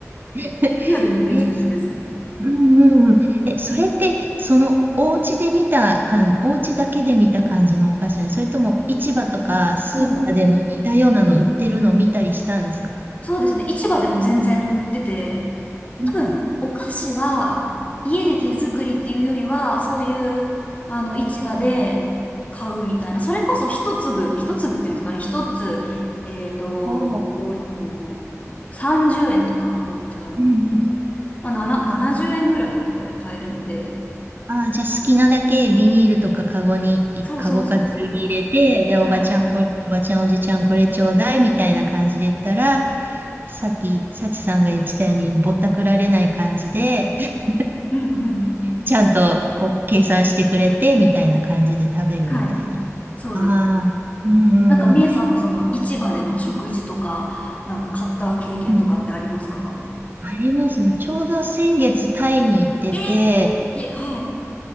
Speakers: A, on the right; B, on the left.
A: <laughs>
B: リアルにべちょべちょですね。
A: えーすうんうんうん。え、それって、その、お家で見た感、お家だけで見た感じのお菓子ね。それとも、市場とかスーパーでも似たようなの売ってるのを見たりしたんですか
B: もう、そうですね。市場でも全然売ってて、
A: うん。
B: 多分、お菓子は家で手作りっていうよりは、そういう、あの、市場で買うみたいな。それこそ一粒、一粒っていうんですかね。一つ、えっと、
A: おー
B: 5、5、5、5、30円とか、ご違うの。
A: うんうん。
B: まあ、なな70円ぐらいとかで買えるので。
A: ああ、じゃあ好きなだけビニールとかカゴに、いカゴかざるに入れて、
B: そうそうそうそう。
A: で、おばちゃんこれ、
B: はい。
A: おばちゃんおじちゃんこれちょうだいみたいな感じで言ったら、さっき、さちさんが言ってたように、ぼったくられない感じで、<laughs>
B: うんうん。
A: ちゃんとこう計算してくれて、
B: そうですね
A: みたいな感じで食べるみたいな。
B: はい。そうです。
A: ああ、うんうんうん。
B: なんか、みえさんはその市場での食事とか、なんか買った経験とかってありますか
A: うんありますね。ちょうど先月タイに行ってて、
B: ええー、好き。はい。